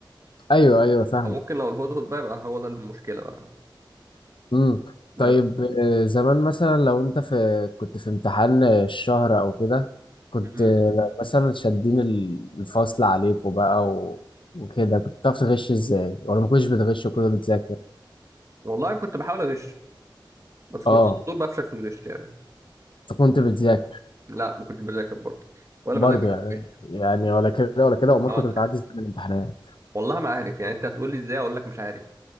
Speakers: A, on the left; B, on the right.
A: ايوه ايوه فاهم
B: فممكن لو الهدهد بقى يبقى هو ده المشكلة بقى
A: امم
B: بس
A: طيب آه، زمان مثلا لو انت في كنت في امتحان الشهر او كده كنت
B: مم.
A: آه، مثلا شادين ال- الفصل عليكم بقى و... وكده كنت بتعرف تغش ازاي ولا ما كنتش بتغش وكده بتذاكر
B: والله كنت بحاول أغش بس
A: اه
B: كنت على طول بفشل في الغش يعني
A: فكنت بتذاكر
B: لا ما كنتش بذاكر برضه ولا
A: برضه
B: بذاكر
A: يعني
B: ولا بغش
A: يعني ولا كده ولا كده امال
B: اه
A: كنت بتعدي
B: ده.
A: ازاي من الامتحانات
B: والله ما عارف يعني انت هتقول لي ازاي اقول لك مش عارف